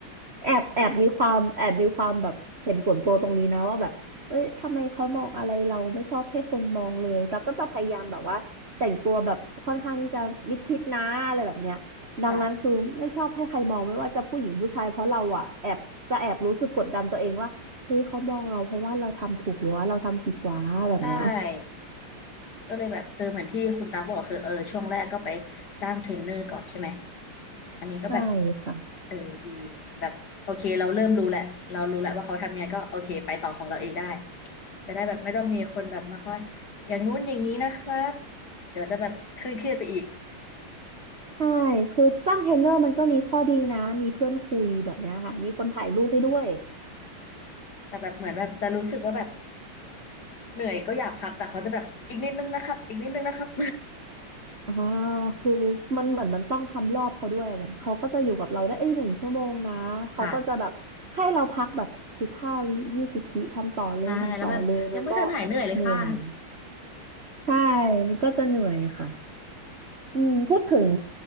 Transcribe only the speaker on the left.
ค่ะใช่ก็เลยแบบเออเหมือนที่คุณตาบอกคือเออช่วงแรกก็ไปจ้างเทรนเนอร์ก่อนใช่ไหมอันนี้ก็แบบ
เออดีแบบโอเคเราเริ่มรู้แหละเรารู้แล้วว่าเขาทำยังไงก็โอเคไปต่อของเราเองได้จะได้แบบไม่ต้องมีคนแบบมาคอยอย่างงู้นอย่างนี้นะครับเดี๋ยวจะแบบเครียดๆไปอีก
แต่แบบเหมือนแบบจะรู้สึกว่าแบบเหนื่อยก็อยากพักแต่เขาจะแบบอีกนิดนึงนะครับอีกนิดนึงนะครับ
<laughs> ค่ะ ใช่แล้วแบบยังไม่ทันหายเหนื่อยเลยค่ะ